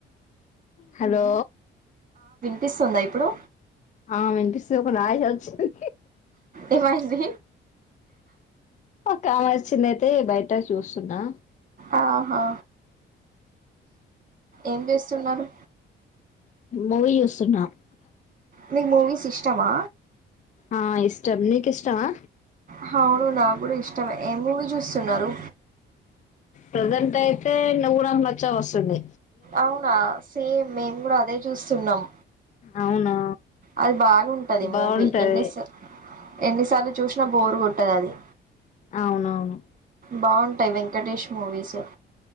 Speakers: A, on the left (about 40°); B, on the right (about 40°).
A: హలో
B: పిస్తుందా ఇప్పుడు
A: ఆ వినిపిస్తుంది ఒక నాయిస్ వచ్చింది
B: ఏమైంది
A: కారు వచ్చింది అయితే బయట చూస్తున్నా
B: ఆహా ఏం చేస్తున్నారు
A: మూవి యూస్తున్నా
B: మీక్ మూవీస్ ఇష్టమా
A: ఆ ఇష్టం నీకు ఇష్టమా
B: హావును నా కూడా ఇష్టమే ఏ మూవీ చూస్తున్నారు
A: ప్రజెంట్ అయితే నవ్వురం మచ్చ వస్తుండి
B: అవునా సేమ్ మేము కూడా అదే చూస్తున్నాం
A: అవునా
B: అది బాగుంటది మూవీ
A: బాగుంటది
B: ఎన్నిసా ఎన్నిసార్లు చూసిన బోరు కొట్టది అది
A: అవునవును
B: బాగుంటాయి వెంకటేష్ మూవీస్